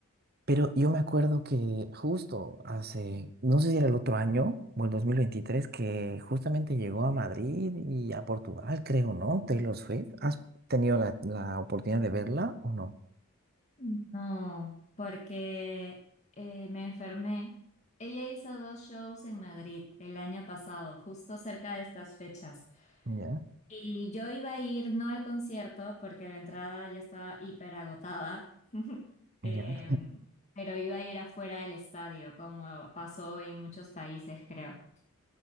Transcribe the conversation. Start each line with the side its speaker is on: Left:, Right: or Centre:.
Right: Pero yo me acuerdo que justo hace, no sé si era el otro año o el dos mil veintitrés que justamente llegó a Madrid y a Portugal, creo, ¿no? Taylor Swift. ¿Has tenido la, la oportunidad de verla o no?
Left: No, porque eh, me enfermé. Ella hizo dos shows en Madrid el año pasado, justo cerca de estas fechas.
Right: Ya,
Left: Y yo iba a ir no al concierto porque la entrada ya estaba hiper agotada Em,
Right: ya,
Left: pero iba a ir afuera del estadio, como pasó en muchos países, creo.